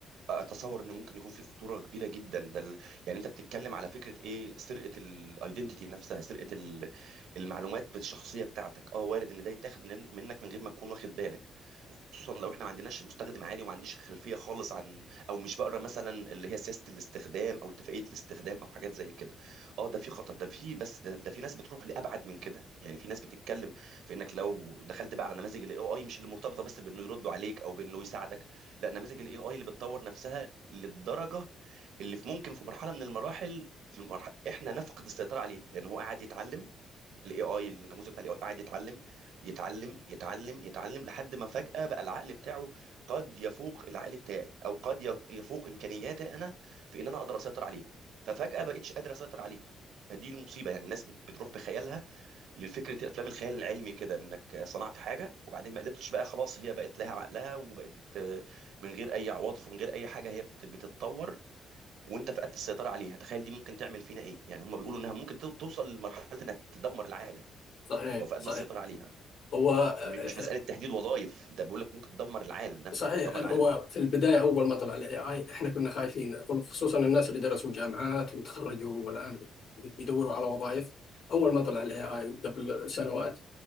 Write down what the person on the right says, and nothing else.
اتصور انه ممكن يكون في خطوره كبيره جدا ده ال... يعني انت بتتكلم على فكره ايه سرقه الايدنتيتي نفسها سرقه ال... المعلومات الشخصيه بتاعتك اه وارد ان ده يتاخد من... منك من غير ما تكون واخد بالك خصوصا لو احنا ما عندناش مستخدم عادي وما عنديش خلفيه خالص عن او مش بقرا مثلا اللي هي سياسه الاستخدام او اتفاقيه الاستخدام او حاجات زي كده اه ده في خطر ده في بس ده, ده في ناس بتروح لابعد من كده يعني في ناس بتتكلم في انك لو دخلت بقى على نماذج الاي اي مش اللي مرتبطه بس بانه يردوا عليك او بانه يساعدك لا نماذج الاي اي اللي بتطور نفسها للدرجه اللي في ممكن في مرحله من المراحل في المرحله احنا نفقد السيطره عليه لان هو قاعد يتعلم الاي اي النموذج بتاع الاي اي قاعد يتعلم يتعلم يتعلم يتعلم لحد ما فجاه بقى العقل بتاعه قد يفوق العقل بتاعي او قد ي- يفوق امكانياتي انا في ان انا اقدر اسيطر عليه ففجاه بقتش قادر اسيطر عليه فدي المصيبه يعني الناس بت- بتروح بخيالها لفكره افلام الخيال العلمي كده انك صنعت حاجه وبعدين ما قدرتش بقى خلاص هي بقت لها عقلها وبقت آه، من غير اي عواطف ومن غير اي حاجه هي بت- بتتطور وانت فقدت السيطره عليها تخيل دي ممكن تعمل فينا ايه يعني هم بيقولوا انها ممكن تو- توصل لمرحله انها تدمر العالم
لو فقدنا
السيطره عليها
م- مش مساله تهديد وظائف ده بيقول لك ممكن تدمر العالم نفسه
تدمر
العالم
نفسه